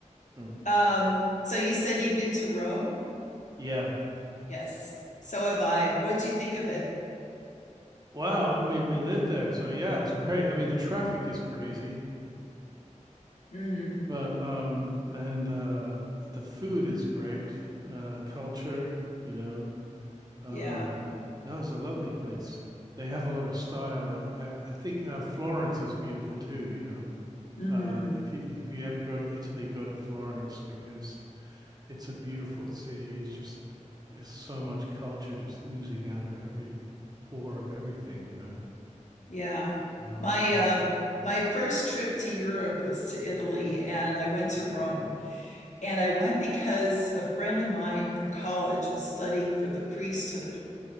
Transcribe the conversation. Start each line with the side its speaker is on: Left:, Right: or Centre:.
Right: Hmm.
Left: um, so you said you've been to Rome?
Right: Yeah.
Left: Yes. So have I. What'd you think of it?
Right: Wow. We we lived there, so yeah, it was great. I mean, the traffic is crazy, <laughs>
Left: hmm
Right: but um, and uh, the food is great. Uh, culture, you know, um,
Left: Yeah.
Right: that was a lovely place. They have a lot of style. I I, I think uh, Florence is beautiful too. You know,
Left: hmm
Right: uh, if you if you ever go to Italy, go to Florence because it's a beautiful city. It's just uh, it's so much culture just oozing out of every pore of everything, you know.
Left: Yeah.
Right: Oh
Left: My
Right: yeah.
Left: uh, my first trip to Europe was to Italy, and I went to Rome. And I went because a friend of mine from college was studying for the priesthood